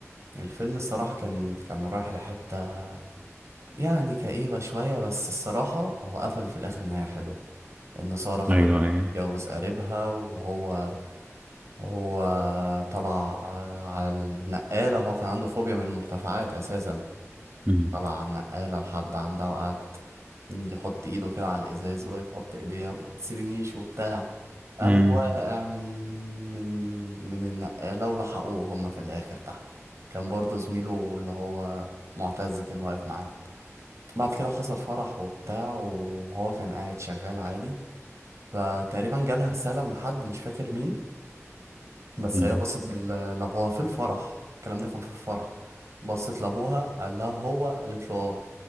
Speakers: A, on the right; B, on the right.
A: الفيلم الصراحة كان كان رايح لحتة يعني كئيبة شوية بس الصراحة هو قفل في الآخر نهاية حلوة إن سارة خلاص
B: ايوه ايوه
A: اتجوز قريبها وهو هو طلع على النقالة وهو كان عنده فوبيا من المرتفعات أساسا
B: مم.
A: طلع على النقالة لحد عندها وقعد يحط إيده كده على الإزاز وهي تحط إيديها متسيبنيش وبتاع قام
B: مم.
A: واقع من من من النقالة ولحقوه هما في الآخر تحت كان برضه زميله اللي هو معتز كان واقف معاه بعد كده حصل فرح وبتاع وهو كان قاعد شغال عادي فتقريبا جالها رسالة من حد مش فاكر مين بس
B: مم.
A: هي بصت بال- لأبوها في الفرح الكلام ده كان في الفرح بصت لأبوها قال لها هو قالت له اه